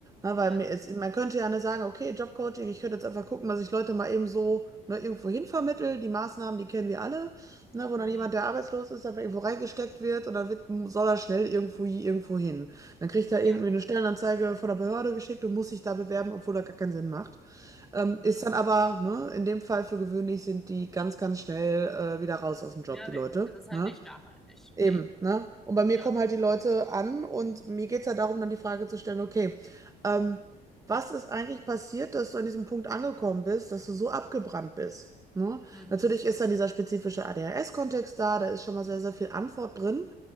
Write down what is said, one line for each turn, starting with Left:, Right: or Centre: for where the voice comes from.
Right: Na, weil
Centre: Cool.
Right: mir ist, man könnte ja nicht sagen, okay, Jobcoaching, ich könnte jetzt einfach gucken, dass ich Leute mal eben so ne, irgendwo hin vermittle. Die Maßnahmen, die kennen wir alle, ne, wo
Centre: Mhm.
Right: dann jemand, der arbeitslos ist, einfach irgendwo reingesteckt wird und dann wird, soll er schnell irgendwo, irgendwo hin. Dann kriegt er
Centre: Ja.
Right: irgendwie eine Stellenanzeige von der Behörde geschickt und muss sich da bewerben, obwohl er gar keinen Sinn macht. Ähm,
Centre: Mhm.
Right: ist dann aber, ne, in dem Fall für gewöhnlich sind die ganz, ganz schnell äh, wieder raus aus dem Job,
Centre: Wieder
Right: die
Centre: weg.
Right: Leute.
Centre: Das ist halt
Right: Ne?
Centre: nicht nachhaltig.
Right: Eben,
Centre: Nee.
Right: ne? Und bei mir
Centre: Ja.
Right: kommen halt die Leute an und mir geht es ja darum, dann die Frage zu stellen, okay, ähm, was ist eigentlich passiert, dass du an diesem Punkt angekommen bist, dass du so abgebrannt bist? Ne?
Centre: Mhm.
Right: Natürlich ist dann dieser spezifische ADHS-Kontext da, da ist schon mal sehr, sehr viel Antwort drin.